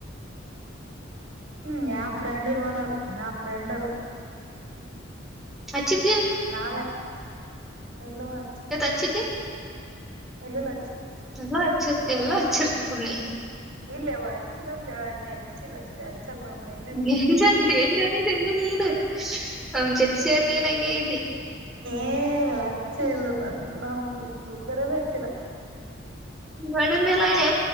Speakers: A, on the right; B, in the centre.
A: ಹ್ಮ್ ಯಾವ ಫ್ರೆಂಡ್ ಇಲ್ ಮನ ಯಾವ ಫ್ರೆಂಡ್ ಅಲ್ಲ.
B: ಅಿ <unintelligible>
A: ನಾವೇ ಇಲ್ಲವಾ.
B: ಇವತ್ತ ಹಚ್ಚಿದ್ದಿ.
A: ಇಲ್ಲ ಇಲ್ಲ ಹಚ್ಚಿಲ್ಲ.
B: ಎಲ್ಲಾ ಹಚ್ಚಿರ್ತ್ ಎಲ್ಲಾ ಹಚ್ಚಿರ್ತ್ ಬಿಡ್ ನೀ.
A: ಇಲ್ಲೇವ ಹಚ್ಚಿಲ್ಲ ಅಂತ ಹೇಳೆ ಹಚ್ಚಿಲ್ಲ ಅಷ್ಟೇ ಅಚ್ಚ. <unintelligible>
B: ಡೇಂಜರ್ ಡೇಂಜರ್ ನೀನು ಅವನ್ ಜತ್ಸಿ ಸೆರಿ ನೀನ್ ಹಂಗೆ ಆಗಿದೀ.
A: ಏನಲ್ಲ ಅಚ್ಚ ಇಲ್ಲ ನನ್ನ ಕರೆಗೂ ಅಚ್ಚಿಲ್ಲ.
B: ನೀಮಣ್ಣ ಮೆಲಣೇ